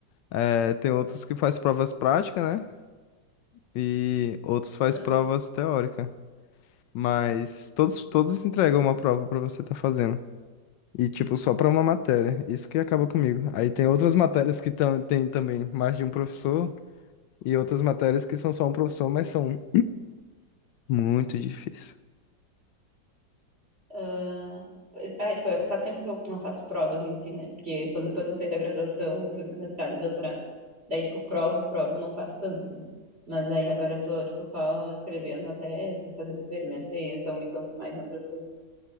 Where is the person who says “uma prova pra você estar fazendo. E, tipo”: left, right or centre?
Left